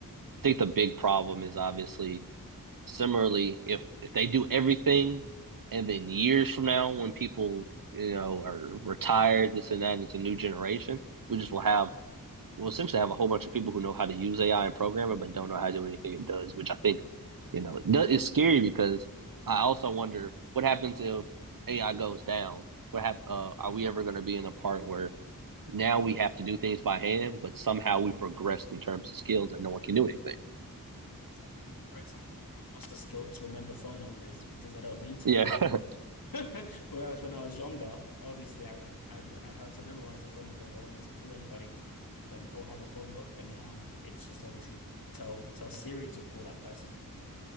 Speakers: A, on the right (about 65°); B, on the left (about 75°).
A: I think the big problem is obviously similarly if if they do everything, and then years from now when people you know are retired, this and that, and it's a new generation, we just will have we'll essentially have a whole bunch of people who know how to use AI and program it, but don't know how to do anything it does, which I think, you know, it's scary because I also wonder what happens if AI goes down. What hap- uh, Are we ever going to be in a part where now we have to do things by hand, but somehow we've regressed in terms of skills and no one can do anything?
B: Exactly. For example, now I've lost the skill to remember phone numbers because I don't need to
A: Yeah.
B: anymore.
A: <laughs>
B: <laughs> Whereas when I was younger, obviously I I'd I'd have to memorize a phone number if I wanted to call anybody, but or have a phone book. But now it's just obviously tell tell Siri to call that person.